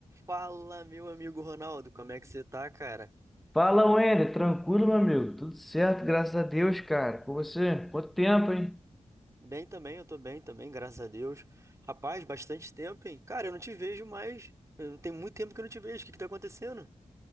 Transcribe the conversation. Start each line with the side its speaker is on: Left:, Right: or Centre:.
Right: Fala, meu amigo Ronaldo, como é que você tá, cara?
Centre: Fala, Wender, tranquilo, meu amigo? Tudo certo, graças a Deus, cara. Com você? Quanto tempo, hein?
Right: Bem também, eu tô bem também, graças a Deus. Rapaz, bastante tempo, hein? Cara, eu não te vejo mais. Eu- Tem muito tempo que eu não te vejo. O que que tá acontecendo?